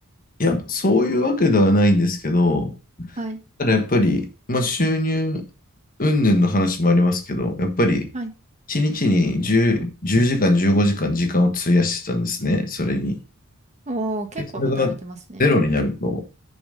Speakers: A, on the left; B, on the right.
A: いや、そういうわけではないんですけど、
B: はい。
A: ただやっぱり、まあ、収入云々の話もありますけど、やっぱり1日に10、
B: はい。
A: 時間、15時間時間を費やしてたんですね、それに。
B: おー、結構働いてますね。
A: でそれがゼロになると、